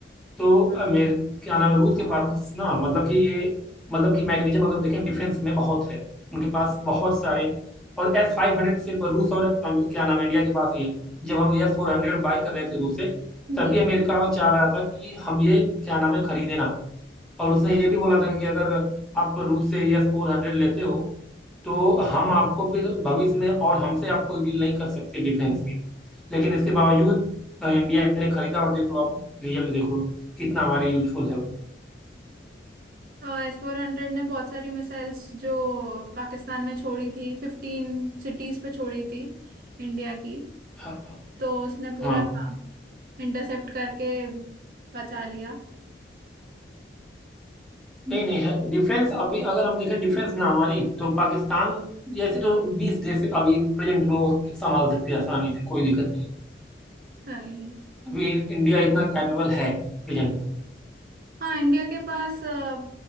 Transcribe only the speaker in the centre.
तो अ,
मेरे क्या नाम है रूस के पास ना मतलब कि ये मतलब कि मैकेनिज्म अगर देखें डिफेंस में बहुत है उनके पास बहुत सारे और एस फाइव हंड्रेड सिर्फ रूस और अ, क्या नाम है इंडिया के पास ही है जब हम एस फोर हंड्रेड बाई कर रहे थे रूस से तब
भी अमेरिका चाह रहा था कि हम ये क्या नाम है खरीदे ना और उसने ये भी बोला था कि अगर आप रूस से एस फोर हंड्रेड लेते हो तो हम आपको फिर भविष्य में और हमसे आप कोई डील नहीं कर सकते डिफेंस की लेकिन इसके बावजूद अ, इंडिया ने खरीदा और देख लो आप रिजल्ट देख लो कितना हमारे यूजफुल है वो
हाँ
हाँ
नहीं नहीं है डिफेंस अभी अगर हम देखें डिफेंस ना हमारी तो पाकिस्तान जैसे तो बीस देश अभी प्रेजेंट में वो संभाल सकते हैं आसानी से कोई दिक्कत नहीं है
अभी इंडिया इतना कैपेबल है प्रेजेंट में